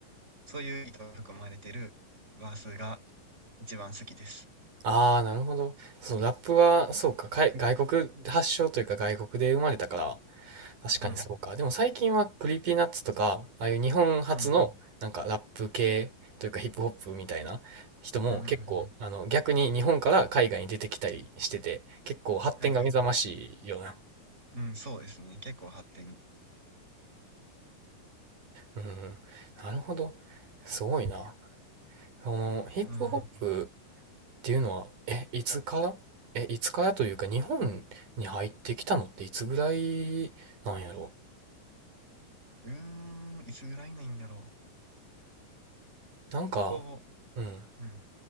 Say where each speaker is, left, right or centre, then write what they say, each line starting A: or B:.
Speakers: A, on the right; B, on the right.
A: そういう意図が含まれてるバースが一番好きです。
B: あ、ああ、なるほど。そのラップは、そうか、かい、外国発祥というか外国で生まれたから、確かにそうか。
A: うん。
B: でも最近はクリーピーナッツとか、ああいう日本初のなんかラップ系というかヒップホップみたいな人も結構、
A: うん。うんうんうんうん。
B: あの逆に日本から海外に出てきたりしてて、結構発展が目覚ましいよな。
A: はいはい。うん、そうですね。結構発展。
B: うん、なるほど。すごいな。そのヒップホップ
A: うん。
B: っていうのは、え、いつからえ、いつからというか日本に入ってきたのっていつぐらいなんやろ
A: うーん、いつぐらいなんやろう。
B: なんか、
A: こ
B: うん。
A: う、うん。